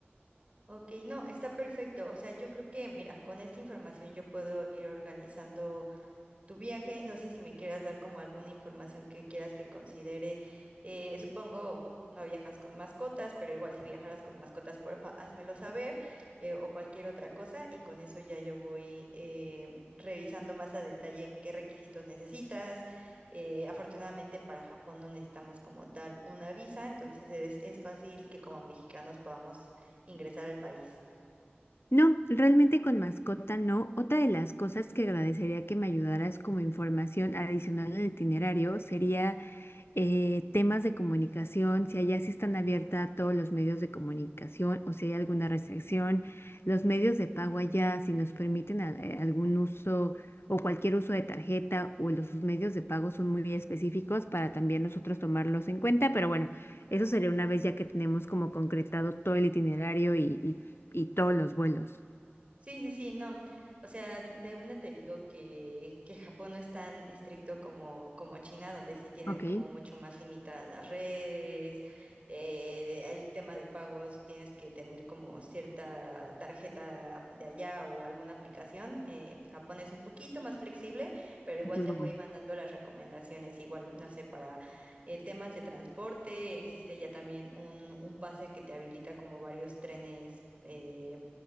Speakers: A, on the right; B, on the left.
A: Ok, no, está perfecto. O sea, yo creo que, mira, con esta información yo puedo ir organizando tu viaje. No sé si me quieras dar como alguna información que quieras que considere. Eh, supongo no viajas con mascotas, pero igual si viajaras con mascotas, porfa, házmelo saber eh, o cualquier otra cosa y con eso ya yo voy eh, revisando más a detalle qué requisitos necesitas. Eh, afortunadamente para Japón no necesitamos como tal una visa, entonces es, es fácil que como mexicanos podamos ingresar al país.
B: No, realmente con mascota no. Otra de las cosas que agradecería que me ayudaras como información adicional al itinerario sería eh, temas de comunicación, si allá sí están abiertas a todos los medios de comunicación o si hay alguna restricción, los medios de pago allá, si nos permiten a- eh, algún uso o cualquier uso de tarjeta o los sus medios de pago son muy específicos para también nosotros tomarlos en cuenta, pero bueno, eso sería una vez ya que tenemos como concretado todo el itinerario y y- y todos los vuelos.
A: Sí, sí, sí, no. O sea, de una te digo que, que Japón no es tan estricto como, como China, donde sí tienen
B: Ok,
A: como mucho más limitadas las redes, eh, de- el tema de pagos, tienes que tener como cierta tarjeta de allá o alguna aplicación. Eh, Japón es un poquito más flexible, pero igual
B: entonces
A: te
B: bueno.
A: voy mandando las recomendaciones, igual, no sé, para eh, temas de transporte, existe ya también un, un pase que te habilita como varios trenes. eh,